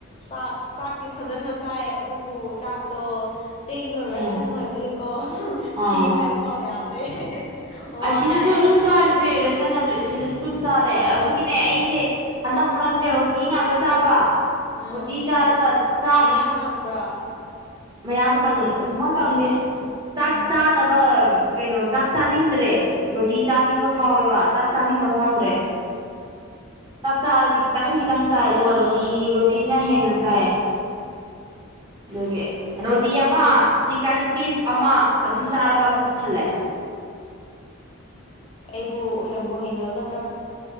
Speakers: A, on the left; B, on the right.
A: ꯆꯥꯛ ꯆꯥꯛꯇꯤ ꯐꯖꯅ ꯆꯥꯏ ꯑꯗꯨꯕꯨ ꯆꯥꯛꯇꯣ ꯆꯦꯡꯗꯣ
B: ꯎꯝ
A: ꯔꯥꯁꯟ ꯑꯣꯏꯕꯒꯤꯀꯣ
B: ꯑꯥ
A: ꯐꯤ ꯐꯥꯏꯕ ꯐꯥꯎ ꯌꯥꯗ꯭ꯔꯦ ꯋꯥꯏꯌꯦ
B: ꯑꯁꯤꯗꯁꯨ ꯑꯗꯨꯝ ꯆꯥꯔꯤꯗꯨꯗꯤ ꯔꯁꯟ ꯑꯗꯨ ꯑꯤꯁꯤꯗꯁꯨ ꯑꯗꯨꯨꯝ ꯆꯥꯔꯦ ꯑꯗꯨꯒꯤꯅꯦ ꯑꯩꯁꯦ ꯍꯟꯗꯛ ꯃꯔꯛꯁꯦ ꯔꯣꯇꯤ ꯉꯥꯛꯇ ꯆꯥꯕ
A: ꯎꯝ
B: ꯑꯣ ꯇꯤ ꯆꯔꯒ ꯆꯥꯛ
A: ꯅꯌꯥꯡ ꯀꯪꯕ꯭ꯔꯣ
B: ꯃꯌꯥ ꯀꯡ ꯑꯗꯨꯃꯛ ꯀꯪꯗꯦ ꯆꯥꯛ
A: ꯎꯝ
B: ꯆꯥꯅ ꯕ ꯀꯩꯅꯣ ꯆꯥꯛ ꯆꯅꯤꯡ ꯔꯦ ꯔꯣꯇꯤ ꯆꯥꯅꯤꯡꯕ ꯐꯥꯎꯋꯦꯕ ꯆꯥꯛ ꯆꯥꯅꯤꯡꯕ ꯐꯥꯎꯗ꯭ꯔꯦ ꯆꯥꯛ ꯆꯥꯔꯗꯤ ꯈꯤꯇꯪ ꯈꯤꯇꯪ ꯆꯥꯏ ꯑꯗꯨꯒ ꯔꯣꯇꯤ ꯔꯣꯇꯤꯅ ꯍꯦꯟꯅ ꯆꯥꯏꯌꯦ <inaudible> ꯑꯗꯨꯒꯤ ꯔꯣꯇꯤ ꯑꯃ
A: ꯎꯝ
B: ꯆꯤꯀꯟ ꯄꯤꯁ ꯑꯃ ꯑꯗꯨꯝ ꯆꯥꯔꯒ ꯑꯗꯨꯝ ꯄꯨꯛ ꯊꯜꯂꯦ
A: ꯑꯩꯕꯨ ꯍꯩꯏꯕꯨ ꯍꯩꯅꯒꯗ꯭ꯔꯥ